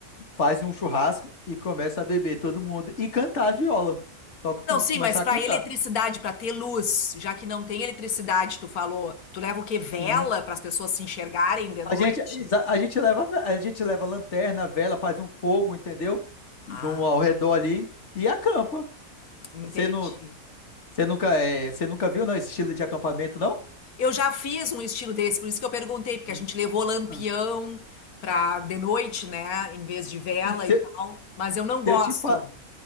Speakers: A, on the left; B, on the left.
A: faz um churrasco e começa a beber todo mundo e cantar a viola. Toca como
B: Não, sim,
A: começar
B: mas para
A: a cantar.
B: eletricidade, para ter luz, já que não tem eletricidade, tu falou, tu leva o quê? Vela
A: Uhum.
B: para as pessoas se enxergarem de noite?
A: A gente, exa- a gente leva, a gente leva lanterna, vela, faz um fogo, entendeu? No,
B: Ah,
A: ao redor ali e acampa.
B: entendi.
A: Você não, você nunca, é, você nunca viu, não, esse estilo de acampamento, não?
B: Eu já fiz um estilo desse, por isso que eu perguntei, porque
A: Uhum.
B: a gente levou lampião
A: Ah.
B: para de noite, né, em vez de vela
A: Se,
B: e tal,
A: se
B: mas eu não gosto.
A: eu te, fa-